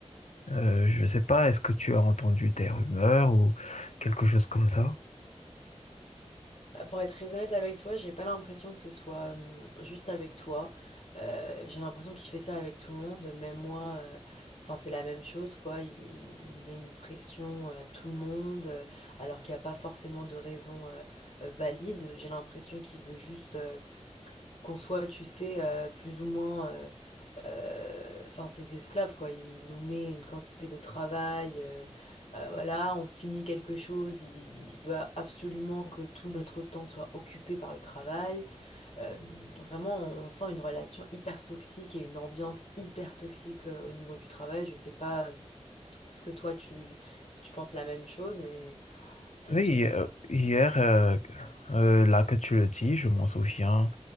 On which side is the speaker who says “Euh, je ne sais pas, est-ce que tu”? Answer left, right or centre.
Left